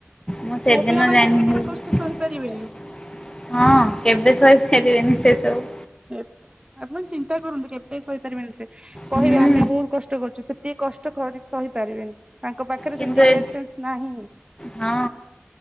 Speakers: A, on the left; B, on the right.
A: ମୁଁ ସେଦିନ
B: ପୁଅ ପିଲା ମାନେ
A: ଜାଣଥିଲି
B: ସେତିକି କଷ୍ଟ ସହିପାରିବେନି
A: ହଁ କେବେ ଶୋଇ <inaudible> ସେ ସବୁ।
B: ଆପଣ ଚିନ୍ତା କରନ୍ତୁ କେବେ ସେ ସାହିପାରିବେନି ସେ କହିବେ
A: ହୁଁ
B: ଆମେ ବହୁତ କଷ୍ଟ କରୁଛୁ ସେତିକି କଷ୍ଟ କରି ସହିପାରିବେନି। ତାଙ୍କ ପାଖରେ
A: କିନ୍ତୁ
B: ସେତିକି
A: ଏ
B: ପେସେନ୍ସ ନାହିଁ।
A: ହଁ